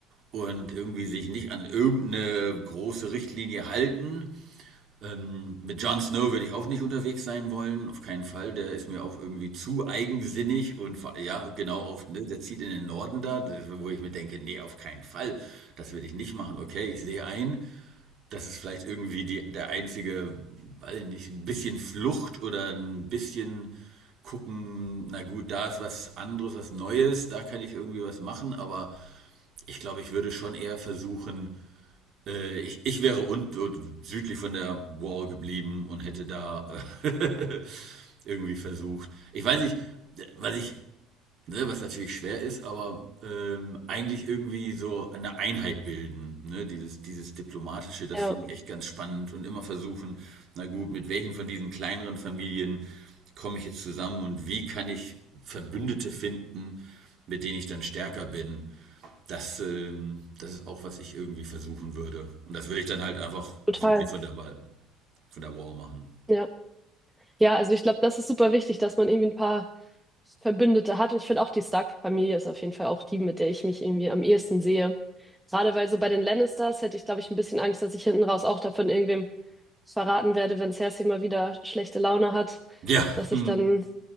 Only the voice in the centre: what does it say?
Ja,
total.
Ja. Ja, also ich glaube, das ist super wichtig, dass man irgendwie ein paar Verbündete hat. Und ich finde auch, die Stark-Familie ist auf jeden Fall auch die, mit der ich mich irgendwie am ehesten sehe. Gerade weil so bei den Lannisters hätte ich, glaube ich, ein bisschen Angst, dass ich hinten raus auch davon irgendwem verraten werde, wenn Cersei mal wieder schlechte Laune hat,
dass
ich dann